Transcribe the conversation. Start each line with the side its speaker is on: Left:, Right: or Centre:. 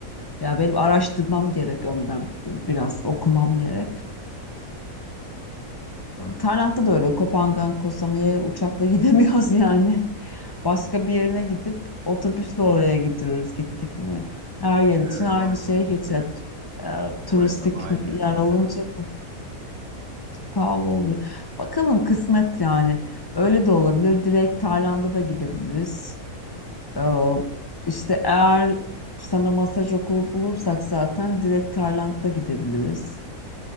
Left: Ya benim araştırmam gerek önden. Biraz okumam gerek. Tayland'da da öyle Kopangan, Koh Samui'ye uçakla <laughs> gidemiyoruz yani. Başka bir yerine gidip otobüsle oraya gidiyoruz gittik mi? Her yer
Right: Evet
Left: için aynı
Right: o hesap
Left: şey
Right: işte.
Left: geçer. Ee, turistik
Right: O hesap aynı hesap
Left: yer olunca
Right: yani.
Left: bu pahalı oluyor. Bakalım kısmet yani. Öyle de olabilir. Direkt Tayland'a da gidebiliriz. Ee, işte eğer sana masaj okulu bulursak zaten direkt Tayland'a gidebiliriz.